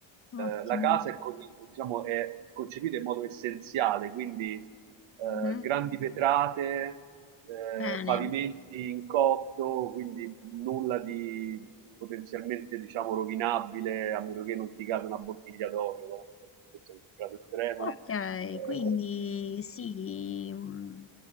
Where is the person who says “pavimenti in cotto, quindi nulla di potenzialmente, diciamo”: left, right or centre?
Right